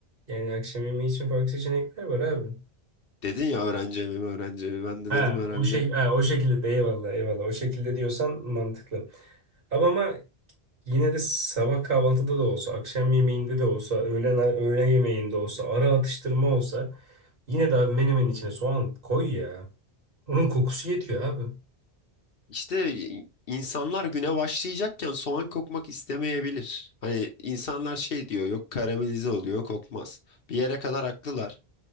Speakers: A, on the right (about 60°); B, on the left (about 65°).
A: Yani akşam yemeği için farklı seçenekler var abi.
B: Dedin ya öğrenci evi mi, öğrenci evi. Ben de
A: Ha,
B: dedim herhalde
A: o şey ha, o şekilde de eyvallah eyvallah o şekilde diyorsan mantıklı. Ama ama yine de sabah kahvaltıda da olsa, akşam yemeğinde de olsa, öğlen öğle yemeğinde olsa, ara atıştırma olsa yine de abi menemenin içine soğan koy ya. Onun kokusu yetiyor abi.
B: İşte insanlar güne başlayacakken soğan kokmak istemeyebilir. Hani insanlar şey diyor yok karamelize oluyor kokmaz. Bir yere kadar haklılar.